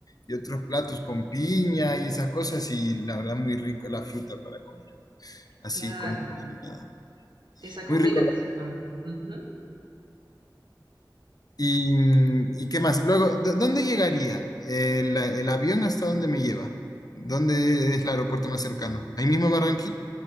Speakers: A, on the left; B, on the right.
A: y otros platos con piña y esas cosas y la verdad muy rico la fruta para comer, así
B: Claro,
A: como cocinada.
B: esa combinación.
A: Muy rico.
B: Ujú.
A: ¿Y, y qué más? Luego, ¿dó- ¿dónde llegaría? ¿El, el avión hasta dónde me lleva? ¿Dónde es el aeropuerto más cercano? ¿Ahí mismo Barranquilla?